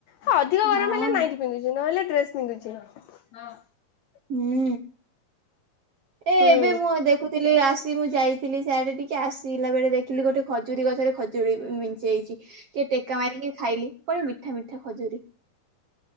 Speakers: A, on the left; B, on the right.
A: ହ ଅଧିକ ଗରମ
B: ହଁ
A: ହେଲେ ନାଇକି ପିନ୍ଧୁଛି ନହେଲେ ଡ୍ରେସ। <unintelligible>
B: ହୁଁ। ଏ
A: ହୁଁ।
B: ଏବେ ମୁଁ ଦେଖୁଥିଲି ଆସ ଦି ମୁଁ ଯାଇଥିଲି ଶିଆଡେ ଟିକେ କି ଆସିଲା ବେଳେ ଦେଖିଲି ଗୋଟେ ଖଜୁରୀ ଗଛରେ ଖଜୁର ପଚିଯାଇଛି ଟିକେ ଟେକା ମାରିକି ଖାଇଲି। ପରେ ମିଠା ମିଠା ଖଜୁରୀ।